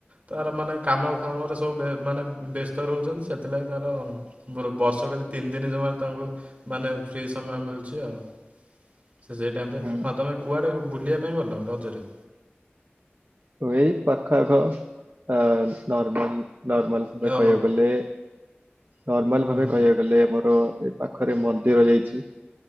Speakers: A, on the right; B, on the right.
A: ତାର ମାନେ କାମ ଫାମରେ ସବୁ ମାନେ ବ୍ୟସ୍ତ ରହୁଚନ୍ତି ସେଥିଲାଗି ତାର ମୋର ବର୍ଷ କାଲି ତିନି ଦିନ ଜମାରେ ତାଙ୍କୁ ମାନେ ଫ୍ରି ସମୟ ମିଳୁଚି ଆଉ। ସେ ସେଇ ଟାଇମରେ
B: ହୁଁ
A: ହଁ ତୁମେ କୁଆଡ଼େ ବୁଲିବା ପାଇଁ ଗଲ ରଜରେ?
B: ଏଇ ପାଖଆଖ ଆ ନର୍ମାଲ ନର୍ମାଲ ଭାବେ
A: ଓହୋ
B: କହିବାକୁ ଗଲେ ନର୍ମାଲ
A: ହୁଁ
B: ଭାବେ
A: ହୁଁ।
B: କହିବାକୁ ଗଲେ ଆମର। ପାଖରେ ମନ୍ଦିର ଯାଇଚି